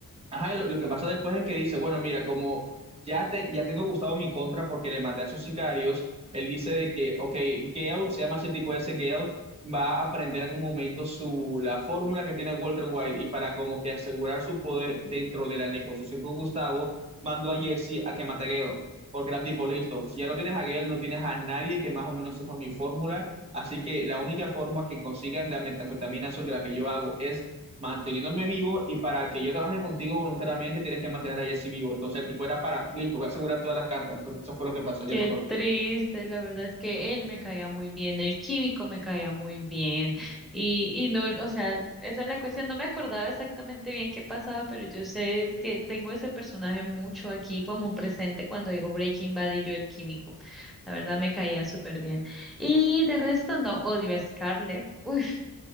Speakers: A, on the right; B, in the centre.
A: Ajá, y lo, lo que pasa después es que dice, bueno, mira, como ya, te, ya tengo Gustavo mi contra porque le maté a sus sicarios, él dice de que, ok, Gale, se llama ese tipo ese Gale, va a aprender en un momento su, la fórmula que tiene Walter White y para como que asegurar su poder dentro de la negociación con Gustavo, mandó a Jesse a que mate a Gale, porque era tipo, listo, si ya no tienes a Gale, no tienes a nadie que más o menos sepa mi fórmula, así que la única forma que consigas la metanfetamina sobre la que yo hago es manteniéndome vivo y para que yo trabaje contigo voluntariamente tienes que mantener a Jesse vivo. Entonces el tipo era para, listo, voy a asegurar todas las cartas. Pues eso fue lo que pasó, yo
B: Qué
A: no acuerdo.
B: triste, la verdad es que él me caía muy bien, el químico me caía muy bien y, y no, o sea, esa es la cuestión, no me acordaba exactamente bien qué pasaba, pero yo sé que tengo ese personaje mucho aquí como presente cuando digo Breaking Bad y yo el químico, la verdad me caía súper bien. Y de resto no, odio a Scarlett, <laughs>